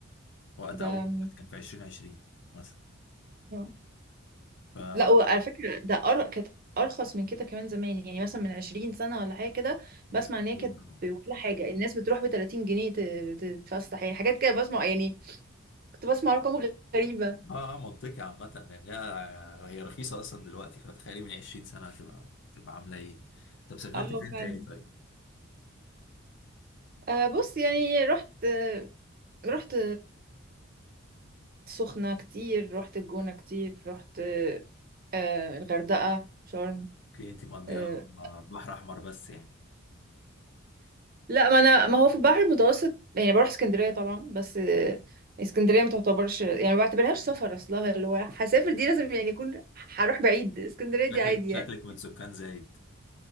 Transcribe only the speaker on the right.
ده
من-
آه.
لا وعلى فكرة ده أر... كانت أرخص من كده كمان زمان يعني مثلا من 20 سنة ولا حاجة كده
بسمع إن هي كانت
ولا حاجة الناس بتروح ب 30 جنيه ت- تتفسح يعني حاجات كده بسمع يعني كنت بسمع أرقام غريبة
اه
فعلا
آه بص يعني رحت آه، رحت سخنة كتير رحت الجونة كتير رحت آه، الغردقة شرم
آه،
لا ما انا ما هو في البحر المتوسط يعني بروح اسكندرية طبعا بس آه، اسكندرية ما تعتبرش يعني ما بعتبرهاش سفر اصلها اللي هو هسافر دي لازم يعني يكون هروح بعيد اسكندرية
دي عادي
يعني